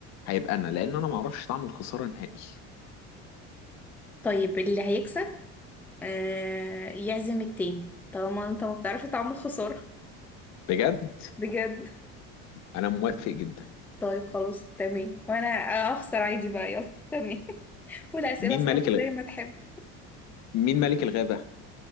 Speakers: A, on the left; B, in the centre.
A: هيبقى انا لان انا ما اعرفش طعم الخساره نهائي
B: طيب اللي هيكسب آه يعزم التاني طالما انت ما بتعرفش تعمل خسارة
A: بجد
B: بجد
A: انا موافق جدا
B: طيب خلاص تمام وانا اخسر عادي بقى يلا تمام <laughs> والاسئلة
A: مين
B: صعبة
A: ملك الغ...
B: زي ما تحب
A: مين ملك الغابه